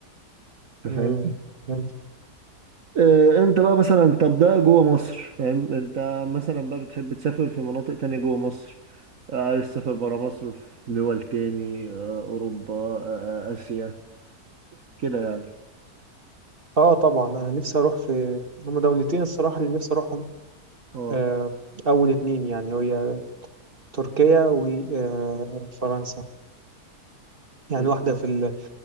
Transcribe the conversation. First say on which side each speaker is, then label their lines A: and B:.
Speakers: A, on the right (about 60°); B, on the right (about 35°).
A: أنت
B: مم،
A: فاهمني؟
B: فهمت
A: آه، أنت بقى مثلا طب ده جوه مصر فاهم أنت مثلا بقى بتحب تسافر في مناطق تانية جوه مصر آه، عايز تسافر برا مصر في دول تاني آه، أوروبا آه، آه، آسيا كده يعني
B: اه طبعا أنا نفسي أروح في هما دولتين الصراحة اللي نفسي أروحهم
A: اه
B: آه، أول اتنين يعني هي تركيا وفرنسا يعني
A: تركيا
B: واحدة في ال